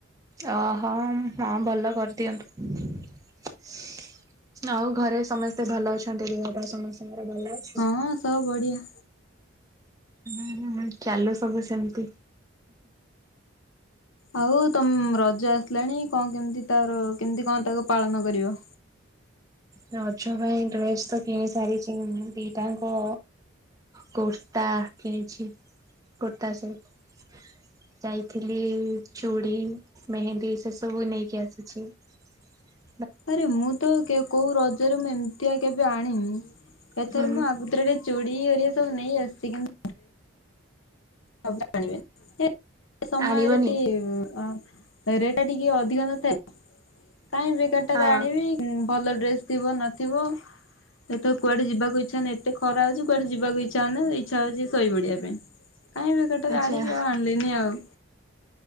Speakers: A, on the right; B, on the left.
A: ଅହୋ ହଁ ଭଲ କରିଦିଅନ୍ତୁବି। ଆଉ ଘରେ ସମସ୍ତେ ଭଲ ଅଛନ୍ତି ଦେହ ବା ସମସ୍ତଙ୍କର ଭଲ ଅ
B: ହଁ ସବୁ ବଢିଆ।
A: <inaudible> ଚାଲୁ ସବୁ ସେମିତି।
B: ଆଉ ତମ ରଜ ଆସିଲାଣି କଣ କେମତି ତାର କେମିତି କଣ ତାକୁ ପାଳନ କରିବ?
A: ରଜ ପାଇଁ ଡ୍ରେସ ତ କିଣି ସାରିଛି ଦିଟାଙ୍କ କୁର୍ତ୍ତା କିଣିଛି କୁର୍ତା ସବୁ। ଯାଇଥିଲି ଚୁଡି ମେହେନ୍ଦୀ ସେ ସବୁ ନେଇକି ଆସିଛି। <inaudible>
B: ଆରେ ମୁଁ ତ କୋଉ ରଜରେ ମୁଁ ଏମିତିଆ କେବେ ଆଣିନି
A: ହୁଁ
B: ଏଥର ମୁଁ ଆଗୁତୁରାକି ଚୁଡ଼ି ଓରିଆ ସବୁ ନେଇ ଆସିଛି। କିନ୍ତୁ ଆଣିବେ <unintelligible> ସମୟରେ
A: ଆଣିବନି?
B: ଟିକ ରେଟ ଟା ଟିକେ ଅଧିକ ନଥାଏ। କାହିଁ ବେକାର ଟାରେ
A: ହଁ।
B: ଆଣିବି ହଁ ଭଲ ଡ୍ରେସ ଥିବ ନଥିବ? ଯେହେତୁ କୁଆଡେ ଯିବାକୁ ଇଚ୍ଛା ନାହିଁ ଏତେ ଖରା ହଉଛିୁ କୁଆଡେ ଯିବାକୁ ଇଚ୍ଛା ହଉନି ଇଛା ହଉଛି ଶୋଇ ପଡିବା ପାଇଁ। କାଇହିଁ ବେକର୍ତରେ
A: ଆଚ୍ଛା
B: ଆଣିକି ଆଉ ଆଣିଲିନି ଆଉ।